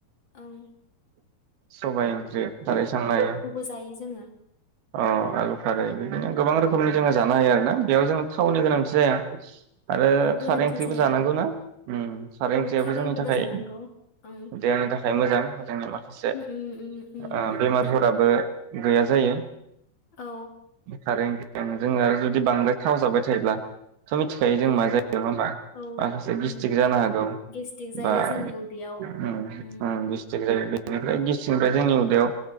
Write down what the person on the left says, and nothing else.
ओं
फजायो जोङो।
औ
गोनांथि
जाया
औ
ओंख्रिबो
जानांगौ ओं
उम उम उम
दे
औ
उम
औ
उम
गेस्टिक जायो
जोंनि उदैयाव
उम
उम
उम